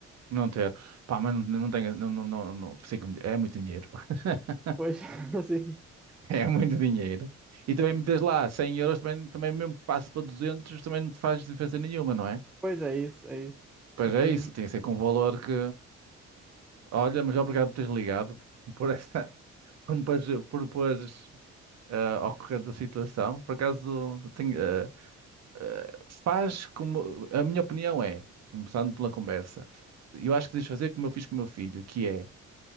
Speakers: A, on the right; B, in the centre.
A: Não ter. Pá, mas não, não tenho. Não, não, não, não, consigo- é muito dinheiro. <laughs>
B: Pois, <laughs> assim.
A: É muito dinheiro. E também metes lá Cem euros, também, também mesmo que passe para 200, também não te faz diferença nenhuma, não é?
B: Pois é isso, é isso.
A: Pois
B: Depois,
A: é isso, tem que ser com um valor que. Olha, mas obrigado por teres ligado <laughs> por essa, por me pôres, por me pôres, eh, ao corrente da situação. Por acaso tenho, eh, eh, faz como. A minha opinião é, começando pela conversa, eu acho que deves fazer como eu fiz com o meu filho, que é